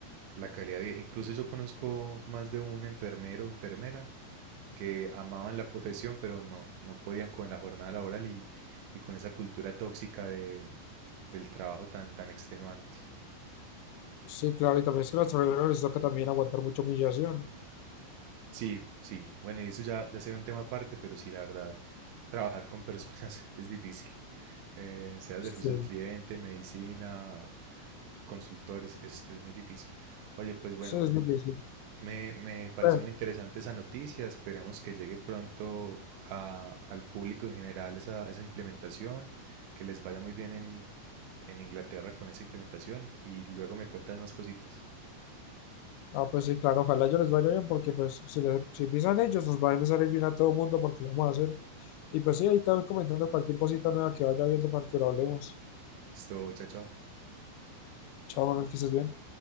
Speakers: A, on the right (about 80°); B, on the left (about 85°).
A: la calidad de vida. Incluso yo conozco más de un enfermero o enfermera que amaban la profesión, pero no, no podían con la jornada laboral y, y con esa cultura tóxica de, del trabajo tan, tan extenuante.
B: Sí, claro, y también es que a los trabajadores les toca también aguantar mucha humillación.
A: Sí, sí. Bueno, y eso ya, ya será un tema aparte, pero sí, la verdad, trabajar con personas <laughs> es difícil. Eh, sea
B: Sí,
A: servicio al cliente, medicina, consultores, es, es muy difícil. Oye, pues bueno,
B: eso es difícil.
A: Me, me pareció
B: Pues,
A: muy interesante esa noticia. Esperemos que llegue pronto a- al público en general esa, esa implementación, que les vaya muy bien en, en Inglaterra con esa implementación y luego me cuentas más cositas.
B: ah, pues sí, claro, ojalá yo les vaya bien porque pues si, le- si empiezan ellos nos va a empezar a ir bien a todo el mundo porque lo vamos a hacer. Y pues sí, ahí están comentando cualquier cosita nueva que vaya viendo para que lo hablemos.
A: Listo, chao, chao.
B: Chao, Manuel, que estés bien.